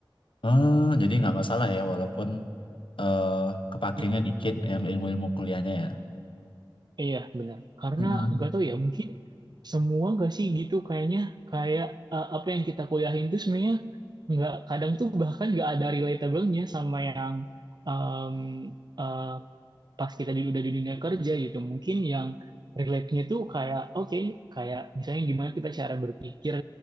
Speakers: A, on the left; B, on the right.
A: oh jadi nggak masalah ya walaupun eh kepakainya
B: Hmm.
A: dikit yang ilmu-ilmu kuliahnya ya
B: Iya, benar. Karena
A: Mm-mm.
B: nggak tahu ya, mungkin semua nggak sih gitu kayaknya kayak eh, apa yang kita kuliahin itu sebenarnya nggak kadang tuh bahkan nggak ada relatable-nya sama yang em, eh, pas kita di, udah di dunia kerja gitu mungkin yang relate-nya tuh kayak oke kayak misalnya gimana kita cara berpikir